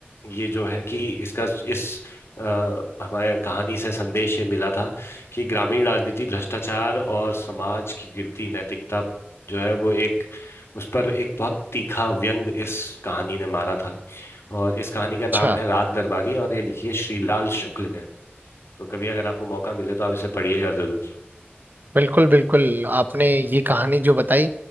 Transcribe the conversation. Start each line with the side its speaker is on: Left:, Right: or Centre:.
Left: ये जो है कि इसका इस आ, हमारे कहानी से संदेश ये मिला था कि ग्रामीण राजनीति भ्रष्टाचार और समाज की गिरती नैतिकता जो है वो एक उस पर एक बहुत तीखा व्यंग इस कहानी ने मारा था और इस कहानी का नाम
Right: अच्छा
Left: है रात दरबारी और ये लिखी है श्रीलाल शुक्ल ने तो कभी अगर आपको मौका मिले तो आप इसे पढ़िएगा जरूर
Right: बिल्कुल बिल्कुल आपने ये कहानी जो बताई